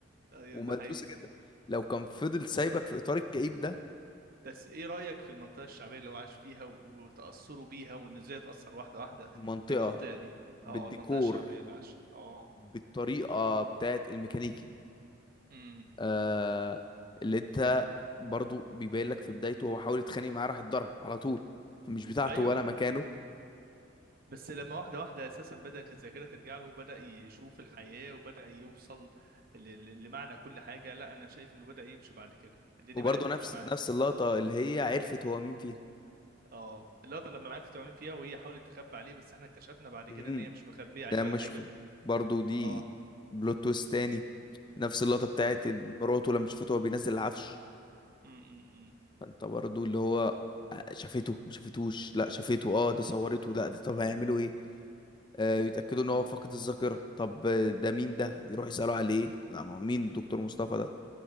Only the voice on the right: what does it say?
ايوه
ده حقيقي
بس ايه رأيك في المنطقة الشعبية اللي هو عاش فيها وتأثره بيها وان ازاي اتأثر واحدة واحدة
بالمنطقة دي
اه المنطقة الشعبية اللي عاش اه
امم
ايوه
بس لما واحدة واحدة اساسا بدأت الذاكرة ترجع له وبدأ يشوف الحياة وبدأ يوصل ل- ل- لمعنى كل حاجة لا انا شايف انه بدأ يمشي بعد كده الدنيا
بدأت
تمشي معاه
اه اللقطه لما عرفت تعمل فيها وهي حاولت تخبي عليه بس احنا اكتشفنا بعد
كده ان هي مش مخبيه
عليه
ولا حاجه
اه
امم
امم